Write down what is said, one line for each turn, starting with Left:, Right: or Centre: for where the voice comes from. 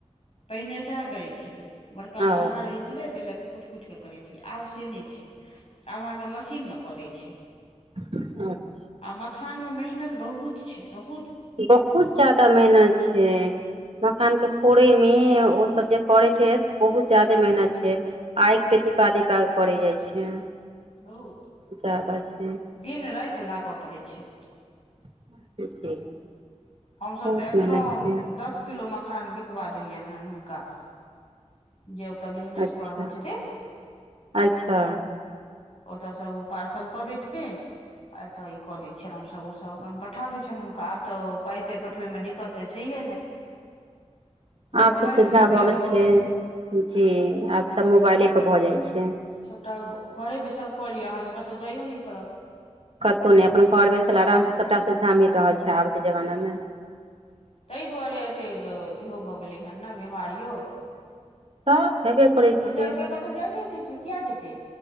Left: पहिने सएह करैत छलै बड़का
Right: ओ
Left: लोढ़हा रहैत छलै तेलक कुटि कुटि कऽ करै छलै आब से नहि छै आब अहाँके मशीनमे कऽ दै छै
Right: <unintelligible>
Left: आ मखान में मेहनत बहुत छै बहु
Right: बहुत जादा मेहनत छै मखान के फोड़े मे ओ सब जे करे छै बहुत जादे मेहनत छै आग पे घीपा घोपा कऽ करय जाइ छै
Left: बहुत
Right: ज्यादा छै
Left: दिन राति लागऽ पड़ै छै
Right: <unintelligible>
Left: हमसभ
Right: बहुत
Left: तऽ एखनो
Right: मेहनत छै
Left: दस किलो मखान बिकबा देलियनि हेँ हुनका जे ओत बिजनेस
Right: अच्छा
Left: कऽ रहल छथिन
Right: अच्छा
Left: ओतऽ से ओ पार्सल कऽ देय छथिन एतऽ ई कऽ दै छियनि हमसभ ओसभ अपन पठा दे छन हुनका आब तऽ पाई ताई पठबे में द दिक्कत तऽ छैहे नहि
Right: आब
Left: मोबाइल
Right: तऽ सुविधा
Left: के दुनिया
Right: भऽ गेल छै
Left: गेलै
Right: जी आब सब मोबाइलेपर भऽ जाइ छै
Left: सभटा घरे बैसल कऽ लिअ अहाँके कतहु जाइयो नहि पड़त
Right: कतहु नहि अपन घर बैसल आराम से सबटा सुविधा मिल रहल छै आब के जमाना मे
Left: ताहि दुआरे एतेक इहो भऽ गेलै हेन नऽ बिमारियो
Right: तऽ हेबे करै छिकै
Left: ओई दुआरे कोई कतहु जाइते ने छै किया जेतै